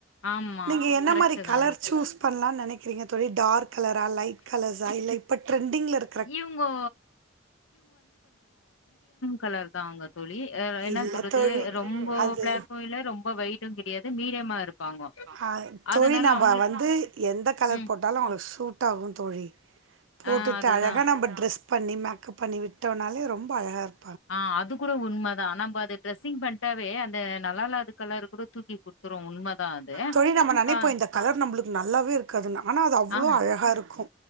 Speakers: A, on the left; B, on the right.
A: ஆமா.
B: நீங்க என்ன
A: கரெக்ட்டு
B: மாரி
A: தான்
B: கலர்
A: நீங்க
B: சூஸ்
A: சொல்
B: பண்லான் நெனைக்கிறீங்க தோழி டார்க் கலரா லைட் கலர்ஸா இல்ல இப்ப ட்ரெண்டிங்ல இரு
A: இவுங்கோ கலர் தாங்க தோழி. அ என்ன
B: இல்ல
A: சொல்றது
B: தோழி
A: ரொம்ப
B: அது
A: பிளாக்கும் இல்ல, ரொம்ப ஒயிட்டும் கிடையாது. மீடியமா இருப்பாங்கோ.
B: அ தோழி
A: அதனால
B: நம்ப
A: அவங்களுக்கு
B: வந்து எந்த கலர்
A: ம்.
B: போட் டாலு அவளுக் சூட்டாகு தோழி போட்டுட்டு
A: ஆ அதுதான்.
B: அழகா நம்ப ட்ரெஸ் பண்ணி மேக்கப் பண்ணி விட்டோனாலே ரொம்ப அழகா இரு
A: ஆ அது கூட உண்மதா நம்ப அது டிரரெஸ்ஸிங் பண்ட்டாவே அந்த நல்லா இல்லாத கலரு கூட தூக்கி குடு த்துரு உண்மதா அது
B: தோழி நம்ம நினைப்போம்
A: ஆ
B: இந்த கலர் நம்பளுக்கு நல்லாவே இருக் காது ஆனா அது அவ்வளோ
A: ஆ
B: அழகா இருக்கு